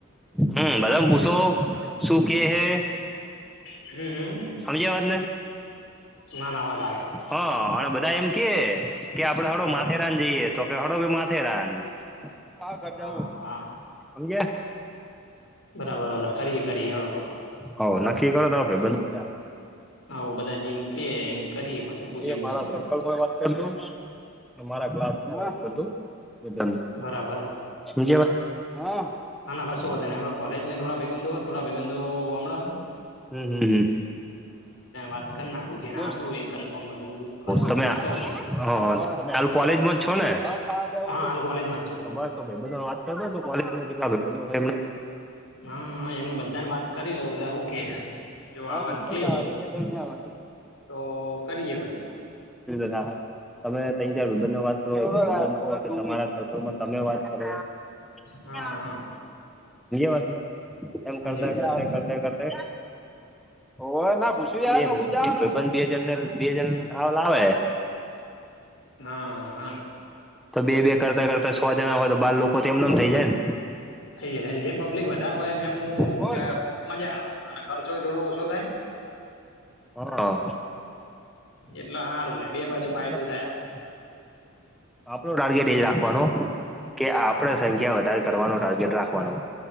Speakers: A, in the centre; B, on the left.
A: હમ બધાને પૂછો શું કે હે
B: હમ
A: વાને
B: ના ના વાત હાચી
A: હ બધા એમ કે કે આપડે હળો
B: હા
A: માથેરાન જઈએ તો કે હળો ભી માથેરાન ખર્જા
B: હા
A: આવું અમગ.
B: બરાબરરા કરીએ કરી હળો.
A: હ નક્કી કરો તો ભાઈ બ બધા.
B: આવું બધા જેમ કે એમ કરીએ પછી પૂછી પૂછીને
A: મારા સર્કલમાં વા. રા ક્લાસુંધન.
B: બરાબર
A: શજવા હા.
B: ના ના કશું વધ ન મં કોલેજ થોડા ભાઈ બંધ થોડા ભાઈ બંધ હ.
A: હમ હમ હમ.
B: વાત કરી નાખું જેને આવું
A: હ
B: એ કન્ફર્મ બધું કરીને
A: તમે
B: તમને કહું
A: હ હ તમે. કોલેજ જ છો ને બસ.
B: હા હાલ કોલેજમાં જ છું
A: તો
B: હું
A: ભાઈ બ વાત કર તો કોલેજમાં જેટલા ભ બંધ થું.
B: હા એમને બધા ને વાત કરી લઉ બધા હું કેમ. જો
A: હા
B: આવવાન
A: થઈ
B: કે
A: જવા એટલે તો એને હવે
B: તો કરીએે વળી.
A: સા. તમે ત જ વિભ વાત કે તમારા સર્કલમાં તમે વાત કરો.
B: હા
A: એ
B: હા
A: વાત છે એમ
B: હમજ્યો
A: કર કર
B: હમજ્યો
A: કર કર. ઓ ના પૂછ્યું બે હજાર બે હજાર લ આવેે.
B: હા.
A: તો બે બે કરતા કરતા સો જણા હોય તો બાર લોકો તો એમનેમ થઇ જાય ને.
B: થઈ જ જેમ પબ્લિક વધારે હોય એમ એમ શું
A: બોલ
B: મજા આવે અને ખર્ચો થોડો ઓછો થાય.
A: હા.
B: એટલે સારું રે બે બાજુ ફાયદો
A: ઘર પહછ.
B: થાય આપડો
A: આપણો ટાર્ગેટ એજ રાખવાનો કે આપડ. સંખ્યા વધાર કરવાનો ટાર્ગેટ રાખવાનો.